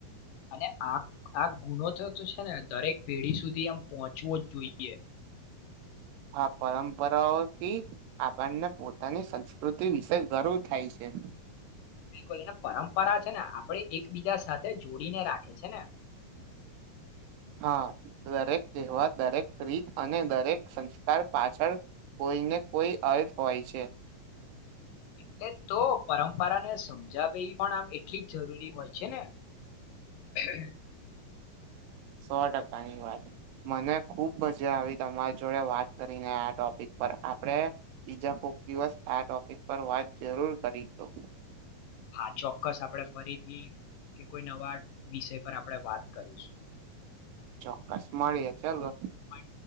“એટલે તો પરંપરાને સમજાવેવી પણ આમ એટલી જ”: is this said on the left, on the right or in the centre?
Left